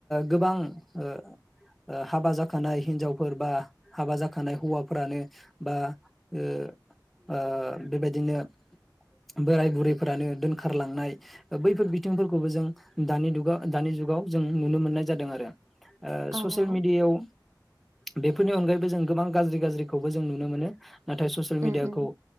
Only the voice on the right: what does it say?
औ औ
उम
उम